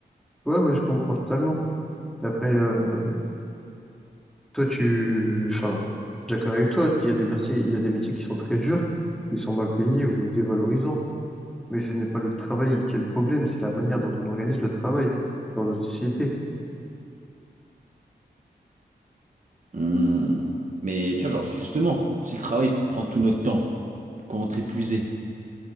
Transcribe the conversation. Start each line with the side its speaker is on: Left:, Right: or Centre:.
Centre: Ouais, ouais, je comprends totalement. Et Après, euh, toi, tu, enfin, je suis d'accord avec toi. Il y a des métiers, il y a des métiers qui sont très durs, qui sont mal payés ou dévalorisants. Mais ce n'est pas le travail qui est le problème, c'est la manière dont on organise le travail dans notre société.
Right: Hmm. Mais tu vois, genre, justement, si le travail prend tout notre temps, qu'on rentre épuisé,